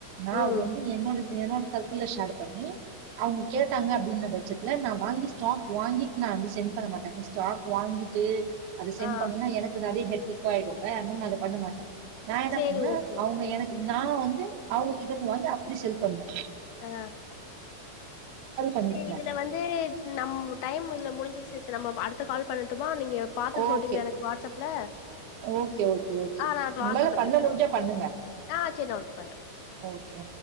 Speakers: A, on the right; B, on the left.
A: நா
B: ம்
A: அது வந்து என்னோட என்னோட சர்க்கிள் ஷேர் பண்ணி அவங்க கேட்டாங்க அப்டின்ன பட்சத்துல நா வாங்கி ஸ்டாக் வாங்கிட்டு நா வந்து சென்ட் பண்ண மாட்டே ஸ்டாக் வாங்கிட்டு அத சென்ட்
B: ஆ
A: பண்ணுனா எனக்கு அதே ஹெட்டெக்கா ஆயிடுல உன்னோன்னு அத பண்ண மாட்டே நா என்ன
B: சேரி
A: பண்ணா
B: ஓகே
A: அவங்க எனக்கு நா வந்து அவங்க கிட்டந்து வாங்கி அப்டி செல் பண்ணுவே
B: ஆ
A: பண்ணிட்டு
B: செரி
A: இருந்தேன்
B: இதுல வந்து நம் டைம் இதுல முடிஞ்சிருச்சு சிஸ்டர் நம்ம அடுத்த கால் பண்ணட்டுமா நீங்க பாத்துட்டு
A: ஓகே
B: சொல்றீங்களா எனக்கு வாட்ஸ்அப்ல
A: ஓகே ஓகே ஓகே
B: ஆ நா
A: உங்களால
B: வாட்ஸ்அப்ல
A: பண்ண
B: பேசுறே
A: முடிஞ்சா
B: வாங்க
A: பண்ணுங்க
B: ஆ சேரி நா ஓகே பண்றே
A: ஓகே